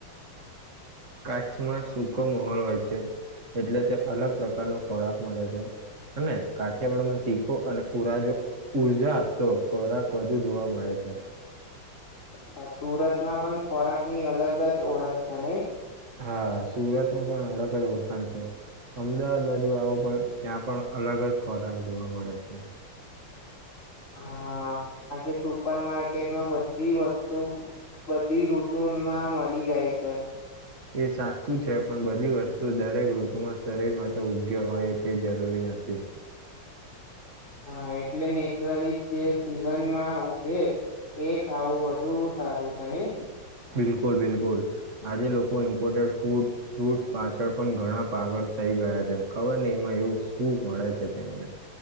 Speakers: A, on the right (about 35°); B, on the left (about 35°).
A: કચ્છમાં સુૂખો માહોલ હોય છે એટલે તે અલગ પ્રકારનો ખોરાક મળે છે અને કાઠિયાવાડમાં તીખો અને ઉરાજો ઉર્જા આપતો ખોરાક વધુ જોવા મળે છે
B: અચ્છા સુરતમાં પણ ખોરાક ની અલગ જ ઓળખ છે નહી
A: હા સુરત ન પણ અલગ જ ઓળખાણ છે અમદાવાદ બાજુ આવો પ ત્યાં પણ અલગ જ ખોરાક જોવા મળે છે
B: હા આજે સુપર માર્કેટમાં બધી વસ્તુ બધી ઋતુ માં મળી જાય છે સાફ
A: એ સાચું છે પણ બધી વસ્તુ દરેક ઋતુમાં શરીર માટે ઉગ્ય હોય એ તે જરૂરી નથી
B: હા એટલે નેચરલી જે સીઝનમાં ઘે એ ખાવું હતું ધું સારું છે નહી
A: બિલકુલ બિલકુલ આજે લોકો ઇમ્પોર્ટેડ ફૂડ ફ્રૂટ પાછળ પણ ઘણા પાગળ થઇ ગયા છે ખબર ને એમાં એવું શું મળે છે તેમને